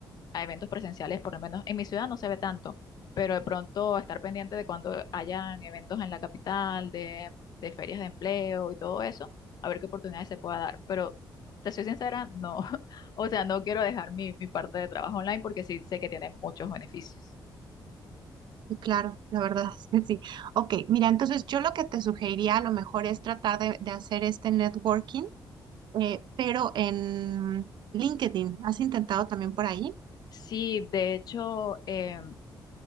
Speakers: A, on the left; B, on the right.
A: a eventos presenciales, por lo menos en mi ciudad no se ve tanto, pero de pronto estar pendiente de cuando hayan eventos en la capital, de, de ferias de empleo y todo eso, a ver qué oportunidades se pueda dar. Pero te soy sincera, no, <laughs> o sea, no quiero dejar mi, mi parte de trabajo online porque sí sé que tiene muchos beneficios.
B: Y claro, la verdad es que sí. Ok, mira, entonces yo lo que te sugeriría a lo mejor es tratar de, de hacer este networking, eh, pero en LinkedIn. ¿Has intentado también por ahí?
A: Sí, de hecho, em,